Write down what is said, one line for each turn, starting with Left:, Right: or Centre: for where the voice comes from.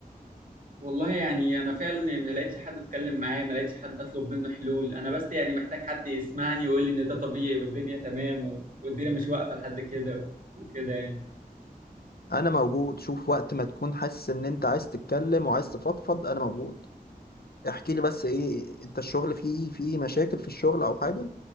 Right: والله يعني انا فعلا يعني ما لقيتش حد اتكلم معاه ما لقيتش حد اطلب منه حلول انا بس يعني محتاج حد يسمعني ويقول لي ان ده طبيعي والدنيا تمام و- والدنيا مش واقفة لحد كده وكده يعني
Left: انا موجود شوف وقت ما تكون حاسس ان انت عايز تتكلم وعايز تفضفض انا موجود احكي لي بس ايه انت الشغل فيه فيه مشاكل في الشغل او حاجة